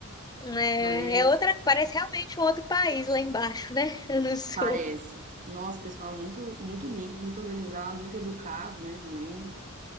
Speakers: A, on the left; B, on the right.
A: É,
B: Mas
A: é outra, parece realmente um outro país lá embaixo, né? <laughs> No sul.
B: parece. Nossa, pessoal, muito, muito limpo, muito organizado, muito educado, né, também.